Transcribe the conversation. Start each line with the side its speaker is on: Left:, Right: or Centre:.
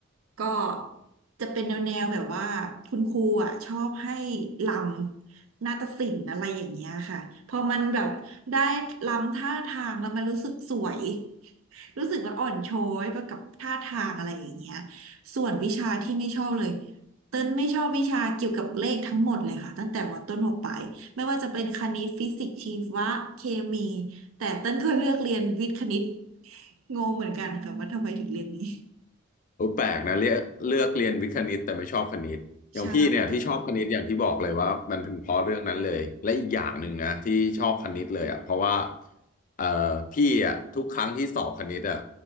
Right: ก็จะเป็นแนวแนวแบบว่าคุณครูอ่ะชอบให้ลำนาฏศิลป์อะไรอย่างเงี้ยค่ะพอมันแบบได้ลำท่าทางแล้วมันรู้สึกสวยรู้สึกว่าอ่อนช้อยไปกับท่าทางอะไรอย่างเงี้ยส่วนวิชาที่ไม่ชอบเลยเต้นไม่ชอบวิชาเกี่ยวกับเลขทั้งหมดเลยค่ะตั้งแต่มต้นมปลายไม่ว่าจะเป็นคณิตฟิสิกส์ชีวะเคมีแต่เต้นก็เลือกเรียนวิทย์คณิตงงเหมือนกันค่ะว่าทำไมถึงเรียนนี้
Left: โอ้แปลกนะเลือกเลือกเรียนวิทย์คณิตแต่ไม่ชอบคณิตอย่างพี่เนี่ยที่ชอบคณิตอย่างที่บอกเลยว่ามันเป็นเพราะเรื่องนั้นเลยและอีกอย่างหนึ่งนะที่ชอบคณิตเลยอ่ะเพราะว่า
Right: ใช่
Left: เอ่อพี่อ่ะทุกครั้งที่สอบคณิตอ่ะ